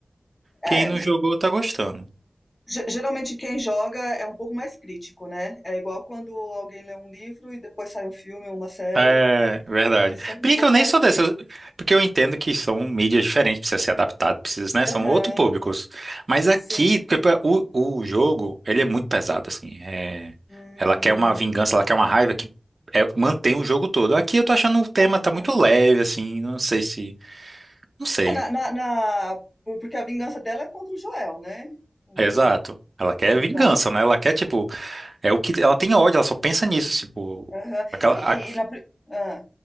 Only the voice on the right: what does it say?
quem não jogou tá gostando.
É, verdade.
Bem
que eu nem
sou desse,
eu- porque eu entendo que são mídias diferentes, precisa ser adaptado, precisa, né? São
outros públicos. Mas aqui,
tipo, o, o jogo, ele é muito pesado, assim. é-
ela quer uma vingança, ela quer uma raiva que é- mantém o jogo todo. Aqui eu tô achando o tema
tá muito
leve, assim, não sei se. Não sei.
Exato. Ela quer
vingança, né? Ela quer, tipo, é o que. Ela tem ódio, ela só pensa nisso, tipo.
Aquela.
a-